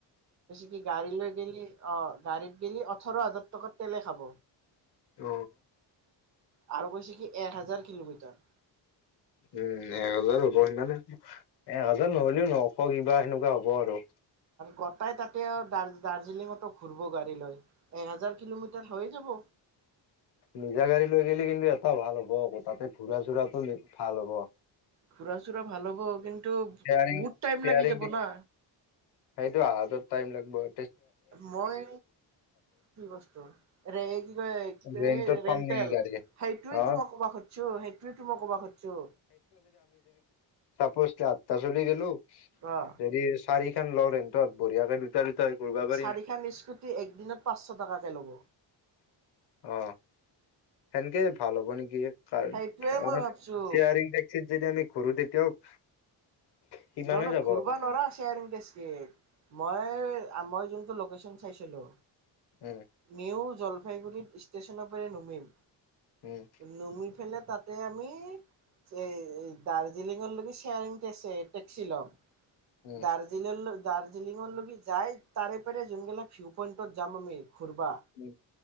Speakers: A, on the right; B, on the left.
A: কি গাড়ী লৈ গেলি অ গাড়ীত গলি ওঠৰ হাজাৰ টকাত তেলেই খাব
B: উ।
A: আৰু কৈছে কি এক হাজাৰ কিলোমিটাৰ
B: উম এহাজাৰ হ'ব সিমানে এহাজাৰ নহ'লেও নশ কিবা সেনেকুৱা হ'ব আৰু
A: গোটাই তাতে দ দাৰ্জিলিঙতো ঘূৰিব গাড়ী লৈ এ হোজাৰ কিলোমিটাৰ হৈ যাব
B: নিজা গাড়ী লৈ গেলি কিন্তু এটা ভাল হ'ব আকৌ তাতে ঘূৰা চোৰাতটো ভাল হ'ব
A: ঘুৰা চুৰা ভাল হ'ব কিন্তু
B: শ্বেয়াৰিং
A: বহুত টাইম
B: শ্বেয়াৰিং
A: লাগি যাব না
B: সেইটো আহা যোৱাত টাইম লাগবৈ
A: মই কি বস্তু কি কয় কি কয়
B: ৰেণ্টত
A: এই
B: পাম
A: ৰেণ্টেল
B: নেকি গাড়ী?
A: সেইটোয়ে
B: অ
A: তো মই কব খুজিছো সেইটোয়ে তো মই কব খুজিছো।
B: সাপ'জ তাত গুচি গেলো
A: অ
B: যদি চাৰি তে লও ৰেণ্টত বঢ়িয়াকে দুটা ঘূৰিব পাৰিম
A: চাৰিখন স্কুটি একদিনত পাঁচশ টকাকে ল'ব
B: অ সেনকে ভাল হ'ব নেকি কাৰ
A: সেইটোৱে
B: কাৰ
A: মই ভাবছো
B: শেয়াৰিং টেক্সিত যদি আমি কৰো তেতিয়াও সিমানে
A: ন ন
B: যাব
A: ঘূৰ্বা নোৰা শ্বেয়াৰিং মই আমাৰ জোন লোকেশ্যন চাইছিলো
B: উম
A: নিউজ জলপাইগুৰিত ষ্টেচনৰ পৰাৰে নুমিম
B: উম
A: নুমি ফেলে তাতে আমি এই দাৰ্জিলিঙৰলৈকে শেয়াৰিং কেছে টেক্সি লং
B: উম
A: দাৰ্জিলিং দাৰ্জিলিঙৰ লগকি যাই তাৰে পাৰে যোনগিলা ভিউ পইণ্টত যাম আমি ফুৰবা
B: উম